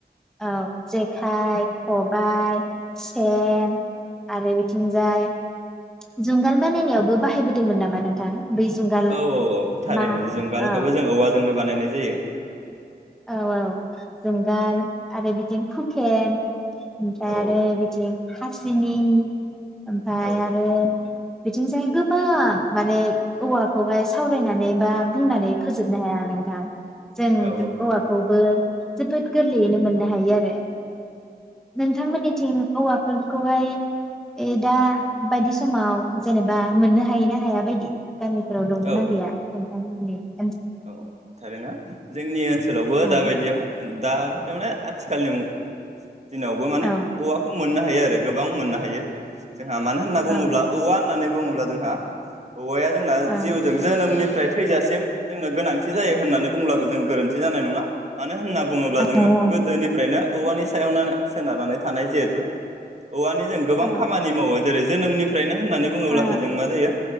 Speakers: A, in the centre; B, on the right (about 40°).
A: औ जेखाइ खब बाइ सेन आरो बे। थिंजाय जुंगाल बानायनायावबो बाहायबोदोंमोन नामा नोंथां? बै जुंगाल
B: औ-औ-औ थारैनो
A: मा
B: जुंगालखौबो
A: औ
B: जों औवाजोंनो बानायनाय। जायो।
A: औ-औ जुंगाल आरो बिथिं हुकेन। ओमफ्राय
B: औ
A: आरो बिथिं। हासिनि। ओमफाय
B: औ
A: आरो। बिथिंजाय गोबां माने औवाखौहाय। सावरायनानै बा बुंनानै। फोजोबनो हाया नोंथां। जों
B: औ
A: दु औवाखौबो। जोबोद गोरलैयैनो मोननो हायो आरो। नोंथांमोननिथिं। औवाफोरखौहाय दा बायदि समाव, जेनेबा मोननो हायोना हाया बायदि? गामिफोराव दंना
B: औ
A: गैया। <unintelligible>
B: औ थखरैनो जोंनि ओनसोल। सोलावबो
A: औ
B: दाबायदियाव। दाबायदि माने आथिखालनि मुग। दिनावबो माने
A: औ
B: औवाखौ मोननो हायो आरो। गोबां मोननो हायो। जोंहा मानो होनना बुङोब्ला
A: औ
B: औवा होननानै बुङोब्ला जोंहा औवाया जोंना
A: औ
B: जिउजों जोनोमनिफ्राय थैजासिम जोंनो गोनांथि जायो होननानै बुंब्लाबो जों गोरोन्थि जानाय नङा। मानो होनना बुङोब्ला जोंङो
A: औ
B: गोदोनिफ्रायनो औवानि सायावनो सोनारनानै थानाय जिहेथु। औवानि जों गोबां
A: औ ओं
B: खामानि मावो, जेरै जोनोमनिफ्रायनो होननानै बुङोब्लासो
A: औ
B: जों मा जायो?